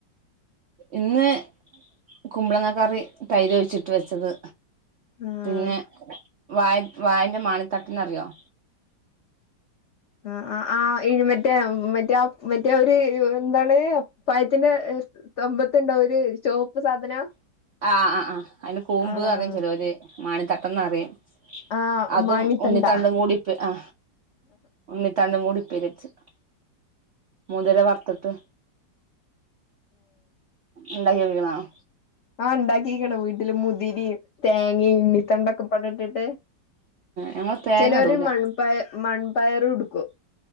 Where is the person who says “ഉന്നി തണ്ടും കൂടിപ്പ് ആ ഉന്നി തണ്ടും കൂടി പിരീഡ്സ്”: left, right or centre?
Right